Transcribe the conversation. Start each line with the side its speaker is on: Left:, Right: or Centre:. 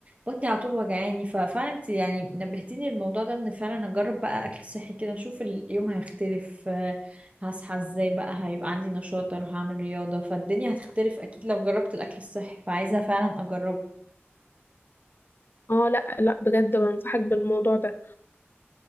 Right: بطني على طول وجعاني ففعلا انت يعني نبهتيني الموضوع ده إن فعلا أجرب بقى أكل صحي كده نشوف اليوم هيختلف آه، هصحى ازاي بقى هيبقى عندي نشاط أروح أعمل رياضة فالدنيا هتختلف أكيد لو جربت الأكل الصحي فعايزة فعلا أجربه
Left: اه لا لا بجد بنصحك بالموضوع ده